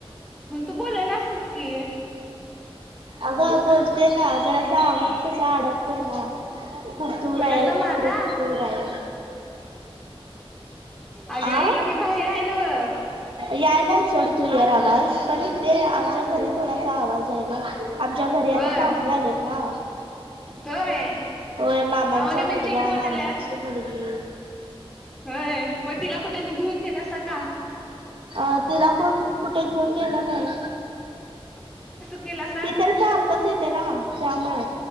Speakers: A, in the centre; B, on the right.
A: मग तू बोलेनासच की.
B: अगं बोलते ना जरा अस आवाज कसा अडकतोय ना. खूप दूर
A: कोणाचा
B: आहे इकडे
A: माझा
B: खूप दूर आहे.
A: अगे
B: आ
A: इकडें मी बाहेर हाय न्हव.
B: यायलाय सोड क्लिअर आवाज पण इथे आमच्या घरी थोडासा आवाज आहे ग. आमच्या घरी आता
A: होय
B: पाहुणे आलेत ना.
A: होय.
B: होय मामांचा
A: पाहुणे म्हणजे
B: मुलगा
A: कोण
B: मामांची
A: आल्यात?
B: मुलगी
A: होय मग तिला कुठंनी घेऊन गेलासा का?
B: अं तिला कोण कुठे घेऊन गेलं नाही.
A: केलास
B: ती तर सारखंच येते ना त्यामुळे